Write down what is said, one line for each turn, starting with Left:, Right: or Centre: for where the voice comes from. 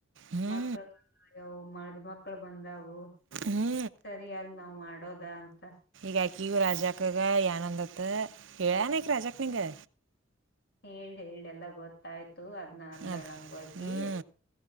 Right: ಹ್ಞೂ
Left: ಮಕ್ಕಳ ಮ <unintelligible> ದು ಮಕ್ಕಳ ಬಂದಾವ ಓ <unintelligible>
Right: ಹ್ಞೂ
Left: ಸರಿ ಅಲ್ ನಾವ್ ಮಾಡೋದು <unintelligible> ವ ಅಂತ
Right: ಯಾಕ ಇ <unintelligible> ರಾಜಾಕಾಗ ಏನಂದತ್ <unintelligible> ಏನಿಕ್ ರಾಜಾಕ ನಿಗೆ
Left: <unintelligible> ಹೇಳಿ ಹೇಳಿ ಎಲ್ಲ ಗೊತ್ತಾಯ್ತು ಅದ್ನ ಅಂದಂಗಕಿ
Right: ಅದು ಹ್ಞೂ